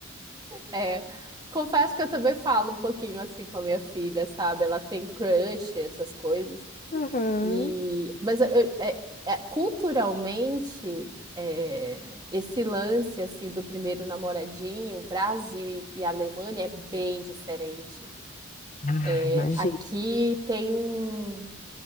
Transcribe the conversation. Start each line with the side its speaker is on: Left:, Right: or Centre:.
Right: É, confesso que eu também falo um pouquinho assim com a minha filha, sabe? Ela tem crush, essas coisas.
Left: Uhum.
Right: E, mas eu- é- é- culturalmente, é, esse lance assim do primeiro namoradinho, Brasil e, e Alemanha é bem diferente.
Left: Ah,
Right: É,
Left: imagina.
Right: aqui tem um